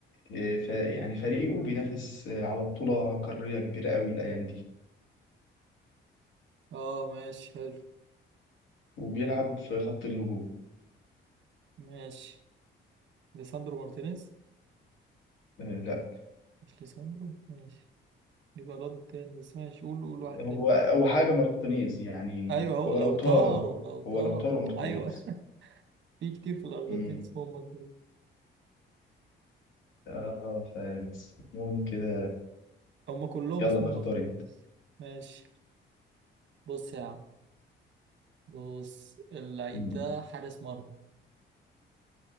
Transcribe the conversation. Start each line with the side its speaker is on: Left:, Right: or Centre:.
Left: آه، ف- يعني فريقه بينافس آه، على بطولة قارية كبيرة قوي الأيام دي
Right: اه ماشي حلو
Left: وبيلعب في خط الهجوم
Right: ماشي ليساندرو مارتينيز
Left: آه، لا
Right: مش ليساندرو ماشي يبقى الواد التاني بس ماشي قول قول واحد
Left: هو
Right: تاني
Left: هو حاجة مارتينيز يعني
Right: ايوه هو
Left: هو
Right: لو
Left: لو طاروا
Right: طاروا لو طار
Left: هو لو طاروا مارتينيز
Right: ايوه <laughs> في كتير في الأرجنتين
Left: مم.
Right: اسمهم مارتينيز
Left: اه فاسمهم كده
Right: هم كلهم
Left: يلا
Right: اسمهم
Left: بقى
Right: مارتينيز
Left: اختار انت
Right: ماشي بص يا عم بص اللعيب
Left: مم.
Right: ده حارس مرمى